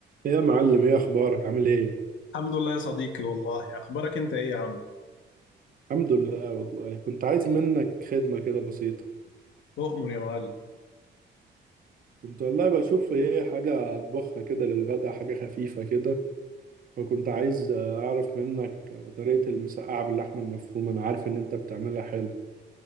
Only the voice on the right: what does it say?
إيه يا معلم ايه اخبارك عامل ايه
الحمد لله والله كنت عايز منك خدمة كده بسيطة
كنت والله بشوف ايه حاجة اطبخها كده للغدا حاجة خفيفة كده فكنت عايز آه، اعرف منك آه، طريقة المسقعة باللحمة المفرومة انا عارف ان انت بتعملها حلو